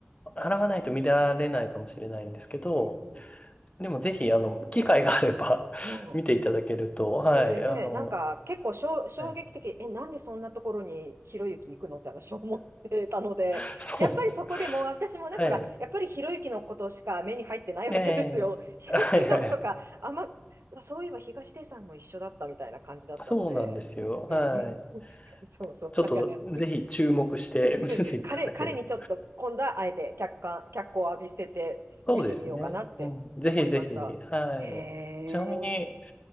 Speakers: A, on the left; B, on the right.
A: 払わないと見られないかもしれないんですけど、
B: うんうん。
A: でもぜひ、あの、機会があれば
B: うん。
A: <laughs> 見ていただけると、はい、
B: それね、
A: あの、
B: なんか結構しょ衝撃的、
A: はい、
B: え、なんでそんなところにひろゆき行くのって私思ってたので、
A: <laughs> そうなんです。
B: やっぱりそこでもう私もね、
A: はい。
B: ほら、やっぱりひろゆきのことしか目に入ってないわけですよ。
A: ええ。<laughs>
B: 東出さんとか、
A: はいはいはい。
B: あんま、そういえば東出さんも一緒だったみたいな感じだったので、
A: そうなんですよ。
B: うん、
A: はい。
B: <laughs> そうそう、
A: ちょっと、
B: だから、
A: ぜひ注目して
B: ね、
A: <laughs> 見ていただける。
B: 彼、彼にちょっと今度はあえて客観、脚光を浴びせて見てみようかなって思いました。
A: そうですね。うん。ぜひぜひ。はい。
B: へ
A: ちなみに、
B: え。